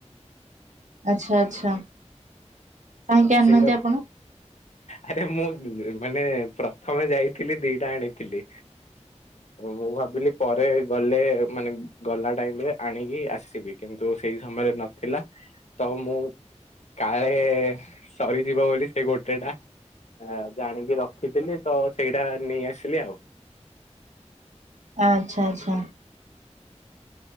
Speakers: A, on the right; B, on the left.
A: ଆଛା ଆଚ୍ଛା କାହିଁକି ଆଣିନାହାନ୍ତି
B: ସେଇଟା
A: ଆପଣ
B: ଆରେ ମୁଁ ମାନେ ପ୍ରଥମେ ଯାଇଥିଲି ଦିଟା ଆଣିଥିଲି ମୁଁ ଭାବିଲି ପରେ ଗଲେ ମାନେ ଗଲା ଟାଇମ ରେ ଆଣିକି ଆସିବି କିନ୍ତୁ ସେଇ ସମୟରେ ନଥିଲା ତ ମୁଁ କାଳେ ସରିଯିବ ବୋଲି ସେ ଗୋଟେ ଟା ଆ ଜାଣିକି ରଖିଥିଲି ତ ସେଇଟା ନେଇ ଆସିଲି ଆଉ
A: ଆଚଛା ଆଚ୍ଛା